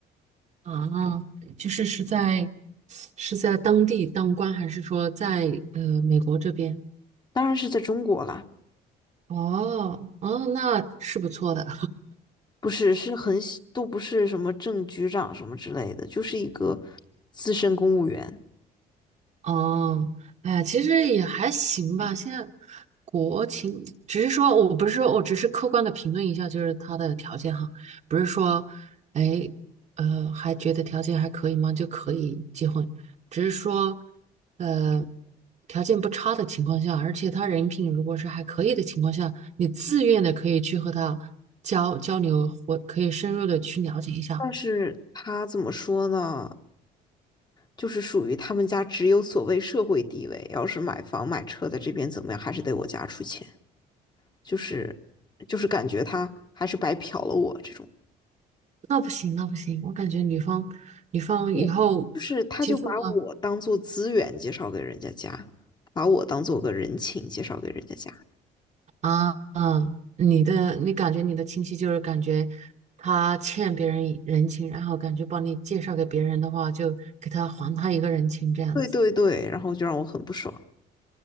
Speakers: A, on the right; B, on the left.
A: 啊？啊，就是是在是在当地当官，还是说在呃美国这边？
B: 当然是在中国啦，
A: 哦哦，那是不错的。
B: 不是是很小都不是什么正局长什么之类的，就是一个资深公务员。
A: 哦，哎呀，其实也还行吧。现在国情，只是说我不是说我只是客观的评论一下，就是他的条件哈，不是说，哎，呃，还觉得条件还可以吗？就可以结婚，只是说，呃，条件不差的情况下，而且他人品如果是还可以的情况下，你自愿的可以去和他交交流，或可以深入的去了解一下。
B: 但是他怎么说呢？就是属于他们家只有所谓社会地位，要是买房买车在这边怎么样，还是得我家出钱，就是就是感觉他还是白嫖了我这种，
A: 那不行，那不行，我感觉女方女方以后结婚了。
B: 对，就是他就把我当做资源介绍给人家家，把我当做个人情介绍给人家家，
A: 啊嗯，你的你感觉你的亲戚就是感觉他欠别人一人情，然后感觉帮你介绍给别人的话，就给他还他一个人情这样子。
B: 对对对，然后就让我很不爽。